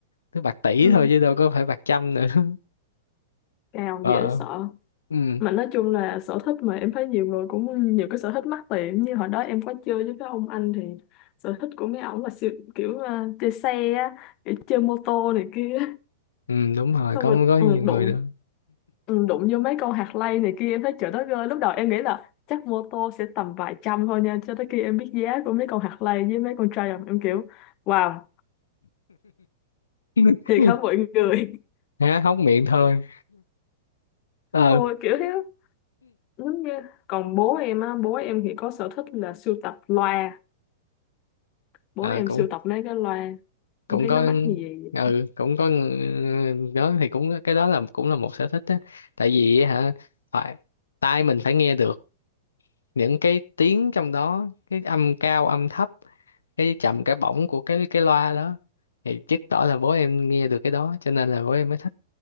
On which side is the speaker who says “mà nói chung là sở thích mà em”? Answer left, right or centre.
Left